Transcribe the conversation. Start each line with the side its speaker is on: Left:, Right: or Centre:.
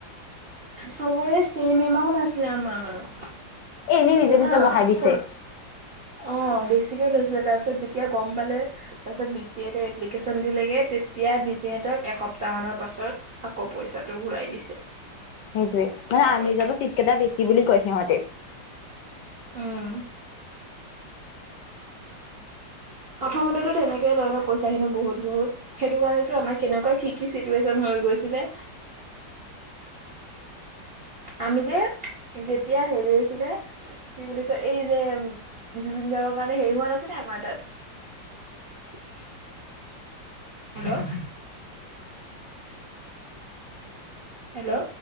Right: চবৰে চেম এমাউন্ট আাছিলে আমাৰ।
Left: এ এনেই নিজে
Right: শুনা
Left: নিজে বঢ়াই দিছে।
Right: চব অ' বেছিকে লৈছিলে। তাপিছত যেতিয়া গম পালে তাপিছত বিস্ত্ৰী এটাই এপ্লিকেচন দিলেগে, তেতিয়া বিচিনেতক এসপ্তাহমান পাছত আকৌ পইচাটো ঘূৰাই দিছে।
Left: হেইটোৱে।
Right: এনেকা
Left: মানে আনিজাৱ
Right: কৰে
Left: চিট কেটা বেছি বুলি কয় সিহঁতে।
Right: উম। প্ৰথমতেতো তেনেকেই ধৰি ল পইচা খিনি বহুত বহুত সেইটো কাৰণেতো আমাৰ কেনেকুৱা কি কি চিটুৱেশচন হৈ গৈছিলে। আমি যে, যেতিয়া হেৰি আছিলে কি বুলি কয় এই যে, জুবিন গাৰ্গৰ কাৰণে হেৰি হোৱা নাছিলে আমাৰ তাত। হেল্ল'। হেল্ল'।